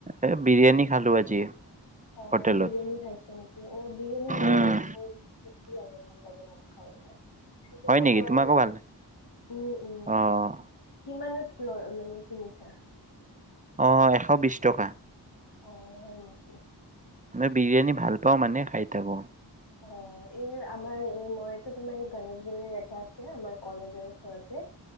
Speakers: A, on the right; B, on the left.
A: এ বিৰিয়ানী। খালোঁ আজি।
B: অহ'
A: হোটেলত
B: বিৰিয়ানী খাইছা নেকি? অহ, বিৰিয়ানী মোৰো
A: উম
B: মোৰ লাগে ভাল লাগে মুখ খাই কিনে, এতিয়াটো
A: হয় নেকি
B: খোৱাই
A: তোমাকো
B: নই।
A: ভাল লাগে?
B: উম', উম'
A: অ',
B: কিমানত ল মানে কিনিছা।
A: অহ' এশ বিশ টকা।
B: অহ' হয় নেকি?
A: মই বিৰিয়ানী ভাল পাওঁ মানে খাই থাকো।
B: অহ' এই আমাৰ এই মইতো তোমাৰ এই গনেশগুৰিৰ এটা আছে আমাৰ কলেজৰ ওচৰতে